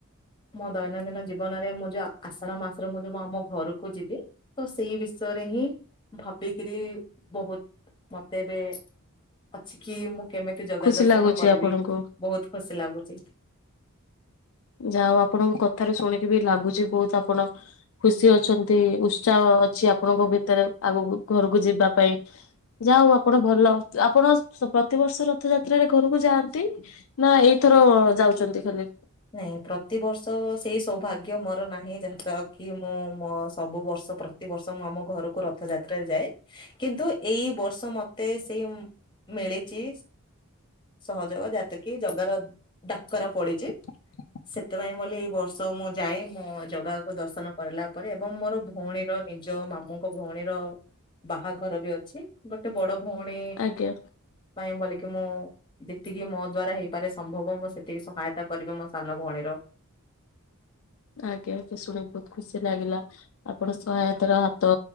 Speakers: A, on the left; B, on the left.
A: ମୋ ଦୈନନ୍ଦିନ ଜୀବନରେ ମୁଁ ଯୋଉ ଆଷାଢ ମାସରେ ମୁଁ ଯୋଉ ଆମ ଘରକୁ ଯିବି ତ ସେଇ ବିଷୟରେ ଭାବିକରି ବହୁତ ମତେ ଏବେ ଅଛି କି ମୁ କେମିତି ଯୋଗା
B: ଖୁସି
A: ଦର୍ଶନ
B: ଲାଗୁଛି
A: କରିବି
B: ଆପଣଙ୍କୁ।
A: ବହୁତ ଖୁସି ଲାଗୁଛି।
B: ଯାହା ଆପଣଙ୍କୁ କଥାରେ ଶୁଣିକି ବି ଲାଗୁଛି ବହୁତ ଆପଣ ଖୁସି ଅଛନ୍ତି ଉତ୍ସାହ ଅଛି ଆପଣଙ୍କ ଭିତରେ ଆଗକୁ ଘରକୁ ଯିବା ପାଇଁ। ଯା ହ ଆପଣ ଭଲ ଆପଣ ପ୍ରତିବର୍ଷ ରଥଯାତ୍ରାରେ ଘରକୁ ଯାଆନ୍ତି ନା ଏଇଥ ଯାଉଛନ୍ତି ଖାଲି
A: ନାଇଁ ପ୍ରତିବର୍ଷ ସେଇ ସୌଭାଗ୍ୟ ମୋର ନାହିଁ ଯାହାଦାରା କି ମୁଁ ମୋ ସବୁ ବର୍ଷ ପ୍ରତିବର୍ଷ ମୁଁ ଆମ ଘରକୁ ରଥଯାତ୍ରାରେ ଯାଏ କିନ୍ତୁ ଏଇ ବର୍ଷ ମତେ ସେଇ ମିଳିଛି ସହଯୋଗ ଯାତ କି ଜଗାର ଡାକରା ପଡିଛି।
B: ହ
A: ସେଥିପାଇଁ ବୋଲି ଏଇ ବର୍ଷ ମୁଁ ଯାଏ ମୋ ଜଗାକୁ ଦର୍ଶନ କରିଲା ପରେ ଏବଂ ମୋର ଭଉଣୀର ଯୋଉ ମାମୁଙ୍କ ଭଉଣୀର ବାହାଘର ବି ଅଛି ଗୋଟେ ବଡ ଭୋଣେ
B: ଆଜ୍ଞା।
A: ପାଇଁ ବୋଲିକି ମୁଁ ଯେତିକି ମୋ ଦ୍ଵାରା ହେଇପାରେ ସମ୍ଭବ ମୁଁ ସେତିକି ସହାୟତା କରିବେ ମୋ ସାନ ଭଉଣୀର।
B: ଆଜ୍ଞା ଆଜ୍ଞା ଶୁଣିିକି ବହୁତ ଖୁସି ଲାଗିଲା ଆପଣ ସହାୟତାର ହାତ